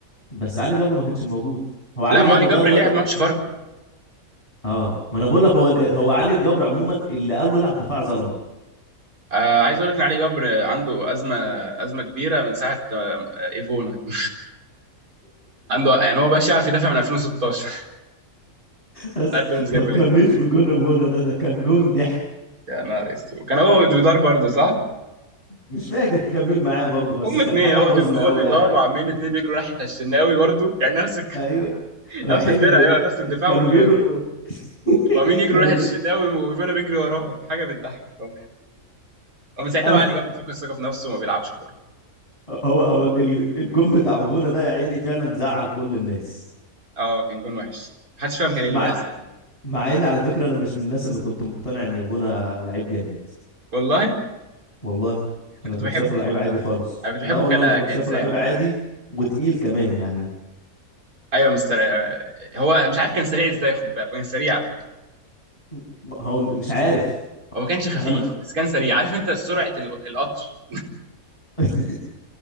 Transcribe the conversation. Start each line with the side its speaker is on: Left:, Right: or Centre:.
Left: بس علي جبر ما كانش موجود هو علي
Right: لا
Left: جبر
Right: ما علي
Left: ده
Right: جبر
Left: هو
Right: لعب
Left: ده-
Right: ماتش فاركو
Left: اه ما انا بقول لك هو ال- هو علي جبر عموما اللي قال له العب دفاع ظلمه
Right: آه عايز اقول لك ان علي جبر عنده ازمه ازمه كبيره من ساعه آه ايفونا <laughs> عنده يعني هو بقاش يعرف يدافع من 2016 <laughs>
Left: بس
Right: عارف بيراميدز جايبه
Left: فكرنيش
Right: ليه
Left: بجون ابونا ده ده كان جون ضحك
Right: يا نهار اسود كان هو ودودار برضه صح
Left: مش فاكر كان مين معاه برضه بس
Right: هم
Left: كان
Right: اتنين
Left: حاجه
Right: عقدوا
Left: حزن قوي
Right: عقدوا
Left: يعني
Right: دار وعاملين اتنين بيجروا ناحية الشناوي برضو يعني نفس الك...
Left: ايوه
Right: <laughs>
Left: رايحين
Right: نفس الفرقة
Left: ب...
Right: ايوه نفس الدفاع
Left: كانوا
Right: وال-
Left: بيجروا
Right: والجول
Left: <laughs>
Right: وعاملين يجروا
Left: كانوا
Right: ناحية
Left: بي...
Right: الشناوي وفينا بيجري وراهم حاجة بتضحك خالص ومن ساعتها
Left: انا
Right: بقى علي جاب فقد الثقة في نفسه وما بيلعبش كورة
Left: هو هو ال- الجون بتاع اوفونا ده يا عيني فعلا زعل كل الناس
Right: اه كان جون وحش محدش فاهم كان ايه اللي
Left: مع
Right: بيحصل
Left: مع ان على فكره انا مش من الناس اللي كنت مقتنع ان بونا لعيب جامد
Right: والله انا
Left: والله انا
Right: كنت
Left: كنت
Right: بحبه
Left: شايفه لعيب عادي خالص
Right: انا كنت
Left: لا
Right: بحبه
Left: والله
Right: كلا...
Left: انا كنت
Right: كإنسان
Left: شايفه لعيب
Right: وانا
Left: عادي وتقيل كمان يعني
Right: ايوه مش سريع هو مش عارف كان سريع ازاي خد بالك كان سريع على فكرة
Left: م- هو م- مش عارف
Right: هو ما كانش خفيف
Left: انا ما...
Right: بس كان سريع عارف انت سرعة ال- القطر
Left: <laughs>